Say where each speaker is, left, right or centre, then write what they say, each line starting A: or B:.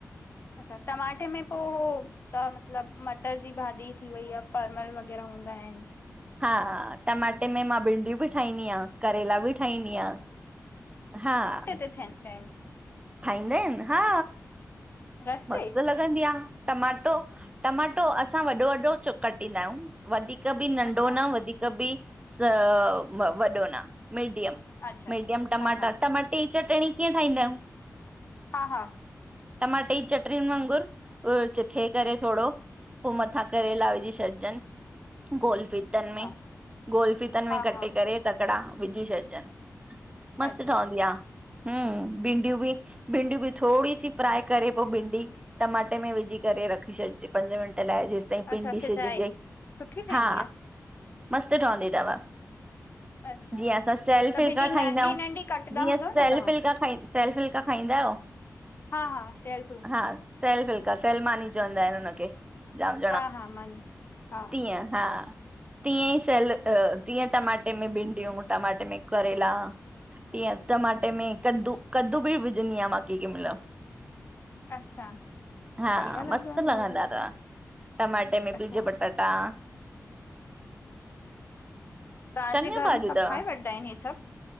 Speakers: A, on the left (about 40°); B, on the right (about 20°).
A: अछा टमाटे में पोइ उह त मतलब मटर जी भाॼी थी वई यां परमल वग़ैरह हूंदा आहिन
B: हा हा टमाटे में मां भिंडियूं बी ठाहींदी आहियां करेला बी ठाहींदी आहियां हां
A: थियन में
B: खाईंदा आहिन हा
A: रस
B: मस्त
A: ते?
B: लॻंदी आहे टमाटो टमाटो असां वॾो वॾो चु कटींदा आहियूं। वधीक बि नंढो
A: अच्छा
B: न वधीक बि स वॾो न। मीडियम
A: अच्छा
B: मीडियम टमाटा
A: हा हा
B: टमाटे जी चटणी कीअं ठाहींदा आहियूं।
A: हा हा
B: टमाटे ई चटणीन वांगुरु चिथे करे थोड़ो पो मथां करेला विझी छॾजन। गोल फीतन
A: अच्छा
B: में गोल फीतन में
A: हा
B: कटे
A: हा
B: करे तकड़ा विझी छॾजन। मस्त
A: अच्छा
B: ठवंदी आ हम्म भिंडियूं बि भिंडियूं बि थोड़ी सी फ्राए करे। पो भिंडी टमाटे में विझी करे रखी छॾजे पंज मिंट लाए जेस ते पिंडी
A: अच्छा सिझाए
B: सजीजे
A: सुठी ठहींदी
B: हा
A: आ?
B: मस्त ठवंदी तव।
A: अच्छा
B: जीअं असां सयल
A: त
B: फुल्का
A: भिंडी नंढी
B: खाईंदा आहियूं
A: नंढी कटंदा
B: जीअं
A: हूंदव
B: सयल
A: न तव्हां
B: फुल्का खाई। सेल फुल्का खाईंदा आहियो?
A: हा हा सेल।
B: हा सेल फुल्का सेलमानी चवंदा आहिन हुनखे जाम।
A: हा हा मानी। हा
B: तीयं हा तीअं ई सेल तीअं टमाटे में भिंडियूं टमाटे में करेला। तीअं टमाटे में कदू कद्दू बि विझंदी आहियां मां कें कें मेल।
A: अच्छा
B: हा
A: बढ़िया लॻंदो
B: मस्त
A: हूंदो
B: लॻंदा
A: हो बि
B: तव टमाटे में
A: अच्छा
B: पीज पटाटा।
A: तव्हांजे
B: चङियूं
A: घर
B: भाॼियूं
A: में सब
B: तव।
A: खाए वठंदा आहिन ए सब।